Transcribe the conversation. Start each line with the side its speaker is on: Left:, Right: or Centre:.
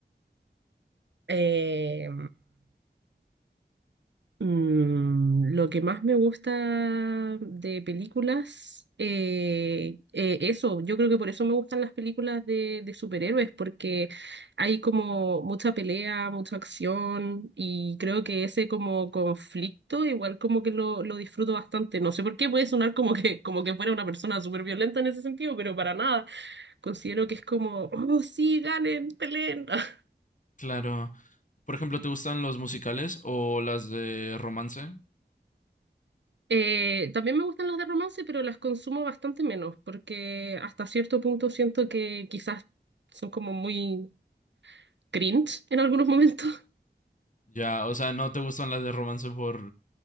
Right: Eh, Mm, lo que más me gusta de películas, eh, eh, eso, yo creo que por eso me gustan las películas de, de superhéroes, porque hay como mucha pelea, mucha acción, y creo que ese como conflicto igual como que lo, lo disfruto bastante. No sé por qué puede sonar como que, como que fuera una persona súper violenta en ese sentido, pero para nada. Considero que es como, oh, sí, ganen, peleen. <laughs>
Left: Claro. Por ejemplo, ¿te gustan los musicales o las de romance?
Right: Eh, también me gustan las de romance, pero las consumo bastante menos, porque hasta cierto punto siento que quizás son como muy cringe en algunos momentos,
Left: Ya, o sea, no te gustan las de romance por